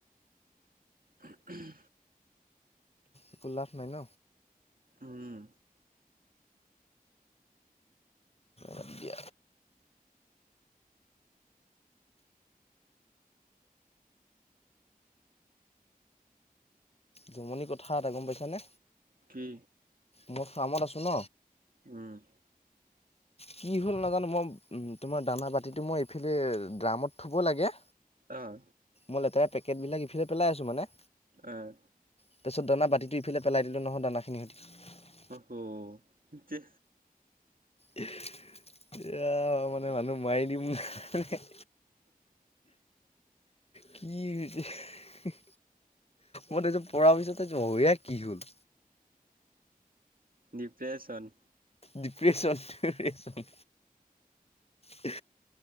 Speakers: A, on the right (about 70°); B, on the left (about 40°).
A: উ উম।
B: একো লাভ নাই ন।
A: উমঁ।
B: বাদ দিয়া জমনি কথা এটা গম পাইছানে।
A: কি?
B: মই কামত আছোঁ ন।
A: উম
B: কি হ'ল নাজানো মই উম তোমাৰ দানা বাতিটো মই এইফালে ড্ৰামত থব লাগে।
A: অহ
B: মই লেতেৰা পেকেট ইফালে পেলাই আছো মানে।
A: এহ।
B: তাৰপিছত দানা বাতিটো ইফালে পেলাই দিলোঁ নহয় দানাখিনি সৈতে।
A: অহু কি ছে।
B: এয়া মানে মানুহ মাৰি দিম হুহ। কি হৈছে হুহ। মই এইটো পৰা পিছতে চাইছো অ ইয়াৰ কি হ'ল।
A: ডিপ্ৰেচন।
B: ডিপ্ৰচন হুেহ হুে